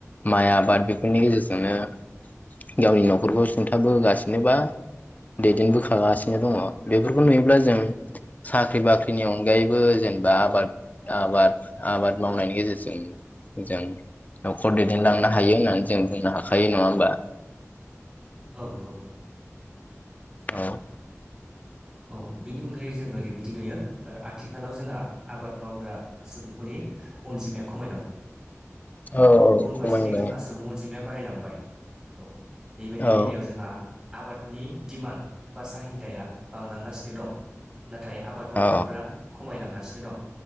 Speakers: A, on the left; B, on the right.
A: माइ आबाद बेफोरनि गेजेरजोंनो गावनि न'खरखौ सुंथाबोगासिनोबा दैदेनबोगा थागासिनो दङ बेफोरखौ नुयोब्ला जों साख्रि बाख्रिनि अनगायैबो जेनेबा आबाद आबाद आबाद मावनायनि गेजेरजों जों न'खर दैदेनलांनो हायो होननानै जों बुंनो हाखायो नङा होमबा।
B: औ नंगौ
A: औ
B: औ बेनि अनगायै जों ओरैबायदि नुयो ओ आथिखालाव जोंहा आबाद मावग्रा सुबुंफोरनि अनजिमाया खमायलां
A: औ
B: बाय
A: औ
B: उनफारसेथिं
A: खमायबाय
B: जोंहा सुबुं अनजिमाया बारायलांबाय औ बेबायाददि
A: औ
B: बेलायाव जोंहा आबादनि दिडिमान्ड बा साहिदाया बांलांगासिनो दं नाथाय आबाद मावग्राफोरा
A: औ
B: खमायलांगासिनो दं